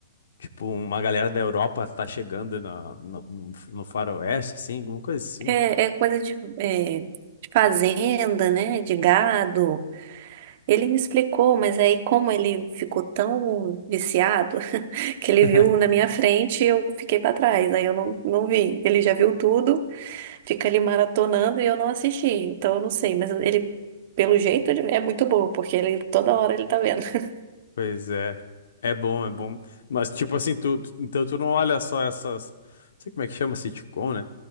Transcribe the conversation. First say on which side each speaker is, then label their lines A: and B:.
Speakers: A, on the left; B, on the right.
A: Tipo, uma galera da Europa tá chegando na- no, no, no faroeste, assim, alguma coisa assim.
B: é, é coisa de, é, de fazenda, né, de gado. Ele me explicou, mas aí como ele ficou tão viciado, <laughs> que ele
A: <laughs>
B: viu na minha frente e eu fiquei para trás, aí eu não, não vi. Ele já viu tudo. fica ali maratonando e eu não assisti, então eu não sei, mas ele, pelo jeito, ele é muito bom, porque ele toda hora ele tá vendo. <laughs>
A: Pois é. É bom, é bom. Mas, tipo assim, tu, tu- então tu não olha só essas. Não sei como é que chama sitcom, né?